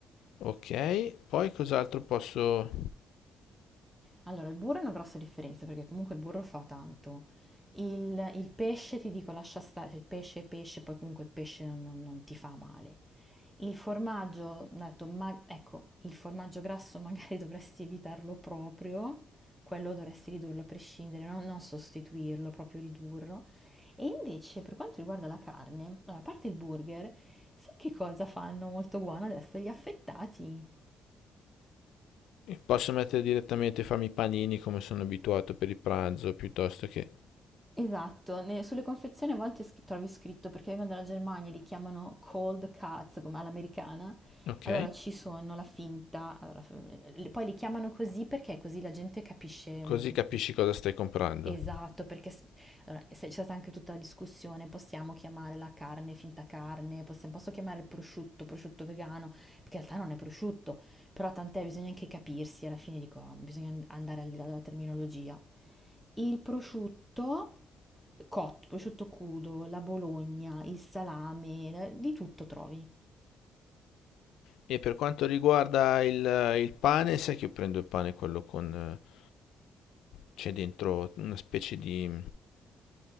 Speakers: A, on the left; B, in the centre.
A: Ok, poi cos'altro posso...
B: Allora, il burro è una grossa differenza perché comunque il burro fa tanto. Il, il pesce ti dico lascia stare, cioè, il pesce è pesce, poi comunque il pesce non, non- non ti fa male. Il formaggio, ho detto, ma, ecco, il formaggio grasso <laughs> magari dovresti evitarlo proprio, quello dovresti ridurlo a prescindere, no? Non sostituirlo, proprio ridurlo. E invece per quanto riguarda la carne, allora, a parte il burger, sai che cosa fanno molto buono adesso? Gli affettati.
A: Posso mettere direttamente, farmi i panini come sono abituato per il pranzo, piuttosto che...
B: Esatto, ne- sulle confezioni a volte sc- trovi scritto perché vengono dalla Germania, li chiamano cold cuts come all'americana.
A: Ok,
B: Allora ci sono la finta, allora, f- le- poi li chiamano così perché così la gente capisce
A: così
B: mh,
A: capisci cosa stai comprando.
B: Esatto, perché s- allora, se- c'è stata anche tutta la discussione, possiamo chiamare la carne finta carne, possiamo, posso chiamare il prosciutto, prosciutto vegano, perché in realtà non è prosciutto, però tant'è, bisogna anche capirsi, alla fine dico, bisogna and- andare al di là della terminologia. Il prosciutto cotto, prosciutto crudo, la bologna, il salame, la- di tutto trovi
A: E per quanto riguarda il, il pane, sai che io prendo il pane quello con... eh, C'è dentro una specie di...